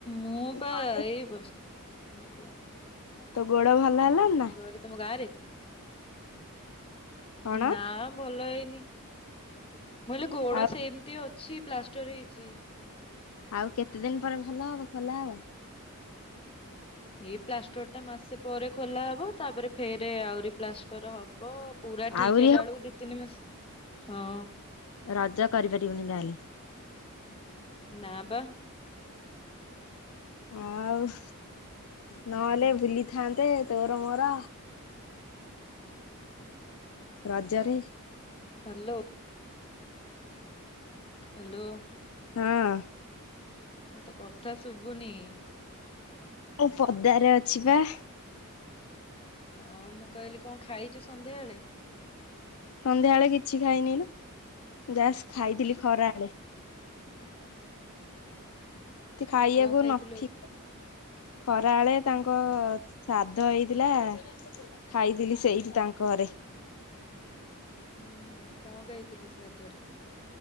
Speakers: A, on the left; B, on the left.
A: ମୁଁ ପା
B: ଘରେ
A: ଏଇ ବସ ହଁ କୁହ।
B: ତୋ ଗୋଡ ଭଲ ହେଲାଣି ନା?
A: ଘରେ ତମ ଗାଁରେ
B: କଣ
A: ନାମ। ଭଲ ହେଇନି ମୁଇଲି ଗୋଡ
B: ଆଉ
A: ସେମତି ଅଛି ପ୍ଲାଷ୍ଟର ହେଇଚି।
B: ଆଉ କେତେ ଦିନ ପରେ ଭଲ ହବ ଖୋଲା ହବ?
A: ଏଇ ପ୍ଲାଷ୍ଟର ଟା ମାସେ ପରେ ଖୋଲା ହବ ତାପରେ ଫେର ଆହୁରି ପ୍ଲାଷ୍ଟର ହବ। ପୁରା ଠିକ
B: ଆହୁରି
A: ହେଲା
B: ହବ
A: ଏଳକୁ ଦି ତିନି ମାସ ହଁ।
B: ରଜ କରିପାରିବୁନି ତାହେଲେ।
A: ନା ବା।
B: ହଁ ଆଉ। ନହେଲେ ବୁଲିଥାନ୍ତେ ତୋର ମୋର। ରଜରେ।
A: ହ୍ୟାଲୋ ହ୍ୟାଲୋ
B: ହଁ।
A: ଏ ତ କଥା ଶୁଭୁନି।
B: ମୁଁ ପଦାରେ ଅଛି ବା।
A: ଆଉ ମୁଁ କହିଲି କଣ ଖାଇଛି ସନ୍ଧ୍ୟାବେଳେ?
B: ସନ୍ଧ୍ୟାବେଳେ କିଛି ଖାଇନି ଯାସ ଖାଇଥିଲି
A: କି
B: ଖରାବେଳେ ଖାଇବାକୁ
A: କଣ ଖାଇଥିଲୁ
B: ନ
A: ଆଜି?
B: ଥିଲା ଖରା ବଳେ ତାଙ୍କ ଶାଧ ହେଇଥିଲା। ଖାଇଥିଲି ସେଇଠି ତାଙ୍କ ଘରେ
A: ହୁଁ କଣ ଗାଇଥିଲୁ ସେ ଶାଧରେ?